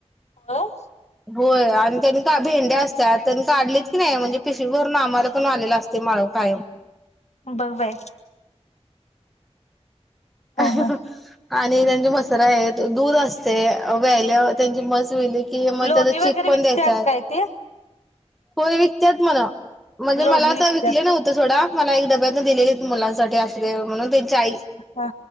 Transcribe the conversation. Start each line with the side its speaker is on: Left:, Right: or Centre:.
Left: हो
Centre: होय आणि त्यानी का भेंडे्या असत्याात त्यां काढलेत की नाही म्हणजे पिशवी भरून आम्हाला पण आलेला असते माळव कायम.
Left: बघ बया.
Centre: <unintelligible>
Left: हा
Centre: आणि त्यांचे मसर आहेत दूध असते व्यायल्यावर त्यांची मस वली कि मग
Left: लोणी
Centre: त्याचा
Left: वगैरे
Centre: चीक पण
Left: विकत्यात
Centre: देत्यात
Left: काय ते?
Centre: होय विकतत मला म्हणजे
Left: लोणी
Centre: मला
Left: विकत्यात
Centre: तर विकले नव्हते थोडा मला एक डब्याने दिलेली मुलांसाठी अस म्हणून त्यांची आई
Left: हा